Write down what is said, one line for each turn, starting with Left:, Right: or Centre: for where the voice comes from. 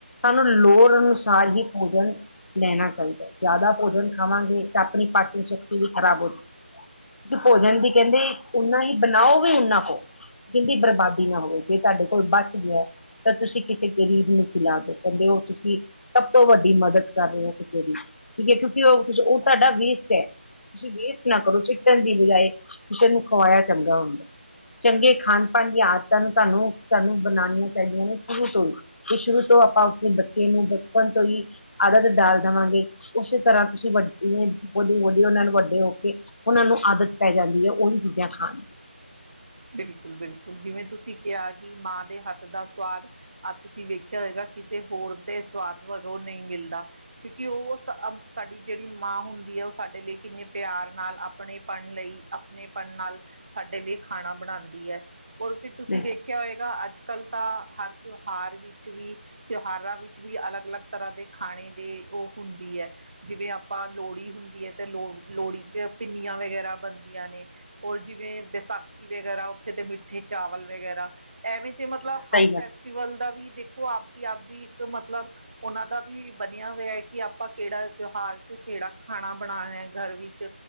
Left: ਸਾਨੂੰ ਲੋੜ ਅਨੁਸਾਰ ਹੀ ਭੋਜਨ ਲੈਨਾ ਚਾਈਦਾ। ਜਾਦਾ ਭੋਜਨ ਖਾਵਾਂਗੇ ਤਾਂ ਆਪਨੀ ਪਾਚਨ ਸ਼ਕਤੀ ਵੀ ਖ਼ਰਾਬ ਹੋਜੂ। ਭੋਜਨ ਵੀ ਕੈਂਦੇ ਓਨਾ ਹੀ ਬਨਾਓ ਓ ਵੀ ਓਨਾਂ ਕ, ਜੀਦੀ ਬਰਬਾਦੀ ਨਾ ਹੋਵੇ। ਜੇ ਤੁਆਡੇ ਕੋਲ ਬਚ ਗਿਆ ਤਾਂ ਤੁਸੀਂ ਕਿਸੇ ਗਰੀਬ ਨੂੰ ਖਿਲਾ ਦੋ ਕੈਂਦੇ ਓ ਤੁਸੀਂ ਸਬ ਤੋਂ ਵੱਡੀ ਮਦਦ ਕਰ ਰਏ ਓਂ ਕਿਸੇ ਦੀ। ਕਿਓਂਕਿ ਓ ਫਿਰ ਤਾਡਾ ਵੇਸਟ ਐ ਤੁਸੀਂ ਵੇਸਟ ਨਾ ਕਰੋ ਸਿੱਟਨ ਦੀ ਬਜਾਏ ਕਿਸੇ ਨੂੰ ਖਵਾਇਆ ਚੰਗਾ ਹੁੰਦਾ, ਚੰਗੇ ਖਾਨ ਪਾਨ ਦੀ ਆਦ ਤੁਆਨੂੰ-ਤੁਆਨੂੰ-ਤੁਆਨੂੰ ਬਨਾਨੀਆਂ ਚਾਈਦੀਆਂ ਨੇ ਪੂਰੀ ਤਰਾਂ। ਤੇ ਸ਼ੁਰੂ ਤੋਂ ਆਪਾਂ ਆਪਨੇ ਬੱਚੇ ਨੂੰ ਬਚਪਨ ਤੋਂ ਈ ਆਦਤ ਡਾਲ ਦਵਾਂਗੇ, ਉਸੇ ਤਰ੍ਹਾਂ ਤੁਸੀਂ ਵੱ ਲੀ ਬੜੀ ਵਦੀਆ ਓਨਾਂ ਨੂੰ ਵੱਡੇ ਹੋ ਕੇ ਓਨਾਂ ਨੂੰ ਆਦਤ ਪੈ ਜਾਂਦੀ ਐ ਓਈ ਚੀਜ਼ਾਂ ਖਾਨ ਦੀ।
Right: ਬਿਲਕੁਲ-ਬਿਲਕੁਲ ਜਿਵੇਂ ਤੁਸੀਂ ਕਿਆ ਕੇ ਮਾਂ ਦੇ ਹੱਥ ਦਾ ਸਵਾਦ ਆ ਤੁਸੀਂ ਵੇਖੇਆ ਹੋਏਗਾ ਕਿਸੇ ਹੋਰ ਤੇ ਸਵਾਦ ਵਜੋ ਨਈਂ ਮਿਲਦਾ। ਕਿਓਂਕਿ ਓ ਸਾਡੀ ਜੇੜੀ ਮਾਂ ਹੁੰਦੀ ਏ ਓ ਸਾਡੇ ਲਈ ਕਿੰਨੇ ਪਿਆਰ ਨਾਲ ਆਪਨੇ ਪੜਨ ਲਈ ਆਪਨੇ ਪਨ ਨਾਲ ਸਾਡੇ ਲਈ ਖਾਨਾ ਬਨਾਂਦੀ ਐ ਔਰ ਫਿਰ ਤੁਸੀਂ
Left: ਦੀ
Right: ਵੇ ਕਿਆ ਹੋਏਗਾ ਅੱਜ-ਕੱਲ ਤਾਂ ਹਰ ਤਿਓਹਾਰ ਵਿੱਚ ਵੀ ਤਿਓਹਾਰਾਂ ਵਿੱਚ ਵੀ ਅਲੱਗ-ਅਲੱਗ ਤਰਾਂ ਦੇ ਖਾਨੇ ਦੇ ਓ ਹੁੰਦੀ ਐ। ਜਿਵੇਂ ਆਪਾਂ ਲੋੜੀ ਹੁੰਦੀ ਐ ਤੇ ਲੋ ਲੋੜੀ ਚ ਪਿੰਨੀਆਂ ਵਗੈ ਵਗੈਰਾ ਬਨਦੀਆਂ ਨੇ ਹੋਰ ਜਿਵੇਂ ਵਿਸਾਖੀ ਵਗੈਰਾ ਓਥੇ ਤੇ ਮਿੱਠੇ ਚਾਵਲ ਵਗੈਰਾ ਐਵੇਂ ਜੇ ਮਤਲਬ
Left: ਸਹੀ
Right: ਹਰ
Left: ਗੱਲ
Right: ਫੈਸਟੀਵਲ ਦਾ ਵੀ ਦੇਖੋ ਆਬਦੀ-ਆਬਦੀ ਤੇ ਮਤਲਬ ਓਨਾਂ ਦਾ ਵੀ ਬਨੇਆ ਹੋਏਆ ਏ ਕੇ ਆਪਾਂ ਕੇੜਾ ਤਿਓਹਾਰ ਚੋ ਕੇੜਾ ਖਾਨਾ ਬਨਾ ਐ ਘਰ ਵਿੱਚ